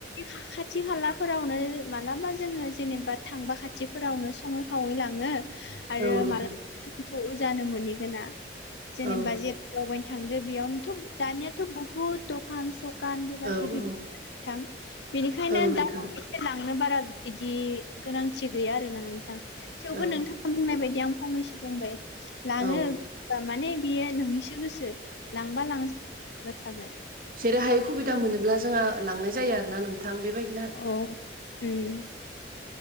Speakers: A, on the left; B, on the right.
A: खाथि खालाफोरावनो मालाबा जोङो जेनेबा थांबा खाथिफोरावनो सङै खावै लाङो आरो
B: औ नोंथां
A: मालाबा थ' जानो मोनहैगोना जेनेबा
B: औ
A: जेर दावबायनो थांदो बेयावनोथ' दानियाथ' बुहुद दखान सखान किबा
B: औ
A: किबि
B: औ
A: नोंथां बेनिखायनो
B: औ नोंथां
A: दा लांनो बारा बिदि गोनांथि गैया आरोना नोंथां थेवबो
B: औ
A: नोंथाङा बुंनाय बायदि आं फंनैसो बुंबाय। लाङो
B: औ
A: माने बियो नोंनिसो गोसो। लांबा लांजाबा <unintelligible> थागोन।
B: जेरै हायै सुबिदा मोनोब्ला जोंहा लांनाय जायो आरोना नोंथां बेबायदि
A: औ ओम।